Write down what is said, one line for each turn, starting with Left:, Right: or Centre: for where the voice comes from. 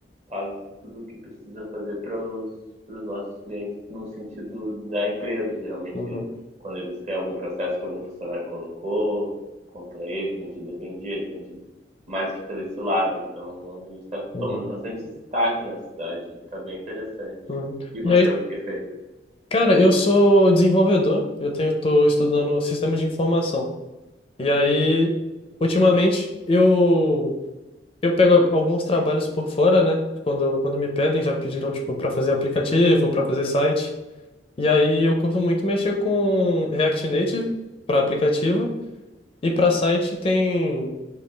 Right: faz tudo o que precisa fazer para os nossos clientes no sentido da empresa. Geralmente,
Left: Uhum,
Right: quando eles têm algum processo que algum funcionário colocou contra eles, a gente defende eles, a gente mais fica desse lado. Então, a gente está
Left: uhum,
Right: tomando bastante destaque na cidade. Está bem interessante.
Left: uhum.
Right: E você,
Left: E aí,
Right: o que tem feito?
Left: cara, eu sou desenvolvedor, eu tenho, tô estudando sistemas de informação. E aí, ultimamente, eu, eu pego al- alguns trabalhos por fora, né? Quando, quando me pedem, já me pediram, tipo, para fazer aplicativo, para fazer site. E aí, eu curto muito mexer com React Native para aplicativo. E para site tem.